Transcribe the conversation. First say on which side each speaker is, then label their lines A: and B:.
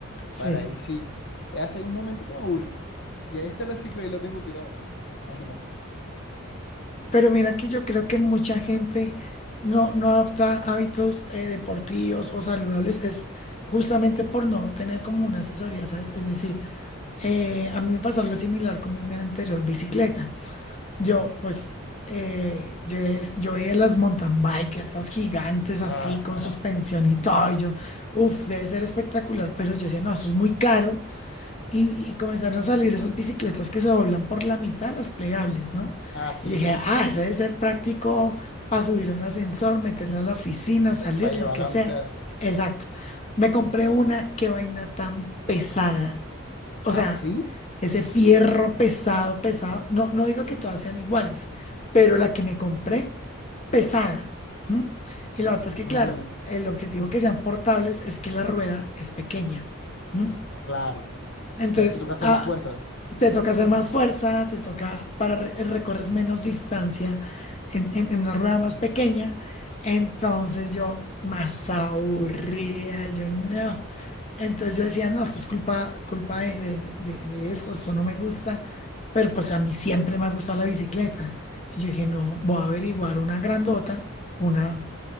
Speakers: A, on the left; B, on the left.
A: Sí,
B: Para ahí sí. Eh, Hasta un momento que me aburrí. Y ahí está la cicla y la tengo tirada. Imagínate.
A: pero mira que yo creo que mucha gente no, no adopta hábitos eh, deportivos o saludables, es justamente por no tener como una asesoría, ¿sabes? Es decir, eh, a mí me pasó algo similar con mi anterior bicicleta. Yo,
B: Ajá.
A: pues, eh, yo, es- yo veía las mountain bike, estas gigantes
B: Ah,
A: así, con
B: ajá.
A: suspensión y todo, y yo, uff, debe ser espectacular, pero yo decía, no, eso es muy caro Y, y comenzaron a salir esas bicicletas que se doblan por la mitad, las plegables, ¿no?
B: Ah, sí,
A: Y yo dije,
B: sí.
A: ah, eso debe ser práctico para subir un ascensor, meterlo a la oficina, salir,
B: Para llevarla
A: lo que sea.
B: donde sea.
A: Exacto. Me compré una, qué vaina tan pesada.
B: Ah,
A: O sea,
B: sí.
A: ese fierro pesado, pesado. No, no digo que todas sean iguales, pero la que me compré, pesada. ¿m? Y la otra es que,
B: Ajá.
A: claro, el objetivo que sean portables es que la rueda es pequeña. ¿m?
B: Claro.
A: Entonces,
B: Entonces te toca hacer
A: ah,
B: más fuerza.
A: te toca hacer más fuerza, te toca para re- recorres menos distancia en, en- en una rueda más pequeña. Entonces yo más aburrida, yo no. Entonces yo decía, no, esto es culpa, culpa de, de- de- de esto, esto no me gusta. Pero pues a mí siempre me ha gustado la bicicleta. Y yo dije, no, voy a averiguar una grandota, una,